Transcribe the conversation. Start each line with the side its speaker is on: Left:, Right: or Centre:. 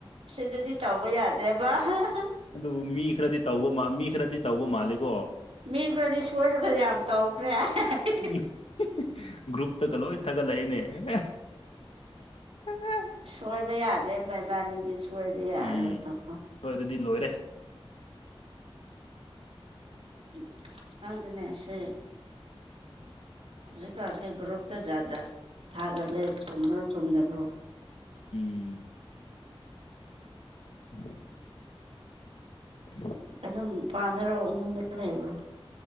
Right: ꯁꯤꯗꯗꯤ ꯇꯧꯕ ꯌꯥꯗꯦꯕ ꯍꯥ ꯍꯥ
Left: ꯑꯗꯨꯕꯨ ꯃꯤ ꯈꯔꯗꯤ ꯇꯧꯕ ꯃꯟ ꯃꯤ ꯈꯔꯗꯤ ꯇꯧꯕ ꯃꯥꯜꯂꯦ ꯏꯀꯣ
Right: ꯃꯤ ꯈꯔꯗꯤ ꯁꯣꯏꯔꯒ ꯌꯥꯝ ꯇꯧꯈ꯭ꯔꯦ ꯍꯥꯏ ꯍ ꯍꯥ
Left: ꯎꯨ ꯍꯤ ꯍꯤ ꯒ꯭ꯔꯨꯞꯇꯒ ꯂꯣꯏ ꯊꯥꯒꯠꯂꯛꯑꯦꯅꯦ ꯑꯦ ꯍꯦ ꯍꯦ ꯑꯥ
Right: ꯁꯣꯏꯕ ꯌꯥꯗꯦꯕ ꯏꯕꯥꯅꯤꯗꯤ ꯁꯣꯏꯕ ꯌꯥꯔꯣꯏꯕꯀꯣ
Left: ꯎꯝ ꯁꯣꯏꯔꯗꯤ ꯂꯣꯏꯔꯦ
Right: ꯎꯨ ꯈꯪꯗꯦꯅꯦ ꯑꯁꯦ ꯍꯧꯖꯤꯛꯀꯥꯟꯁꯦ ꯒ꯭ꯔꯨꯞꯇ ꯖꯥꯠ ꯖꯥꯠ ꯊꯥꯒꯠꯂꯦ ꯆꯨꯝꯕ꯭ꯔꯣ ꯆꯨꯝꯗꯕ꯭ꯔꯣ
Left: ꯎꯨꯝ <inaudible> <inaudible>
Right: ꯑꯗꯨꯝ ꯄꯥꯟꯗꯔꯣ ꯏꯃꯨꯡꯗ ꯂꯩꯕ꯭ꯔꯣ